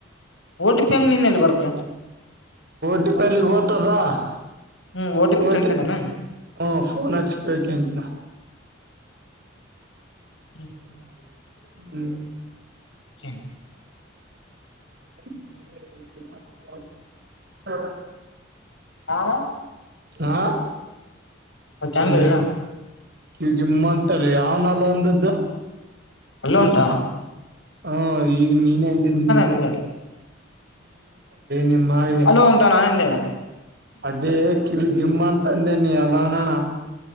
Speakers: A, on the left; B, on the right.
A: ಓ ಟಿ ಪಿ ಹೆಂಗ್ ನಿನ್ನಲ್ಲಿ ಬರುತ್ತೆ
B: ಟಿ ಪಲ್ಲಿ ಗತದ ಹ
A: ಹ್ಮ್ ಓ ಟಿ ಪಿ ತಿಳ್ಕೊಂಡೇನಾ
B: ಹ ಫೋನ್ ಅಚ್ಚ ಕಿಂದ
A: ಹ್ಮ್
B: ಹ್ಮ್
A: ಚ
B: ಹ
A: ಹಾ
B: ಹಾ
A: ಮತ್ತ ಹೆಂಗ
B: ಅ
A: ಈಗ
B: ಕಿವಗಿಮ್ಮಂತಲ್ಲಿ ಯಾವನಲ್ಲ ಒಂದದ್ದು
A: ಅಲ್ಲ ಉಂತ
B: ಹ ಈಗ ನೀನ್ಂದಮ್ಮಂತ
A: ಎಂದೆ
B: ನಿಮ್ಮಾಯಿ
A: ಅಲೋ ಅಂತ ನಾನ ಎಂದೆ
B: ಅದೇ ಇಿವ ಗಿಮ್ಮ ಅಂತಂದೆನ ಅಲ್ಲನಣ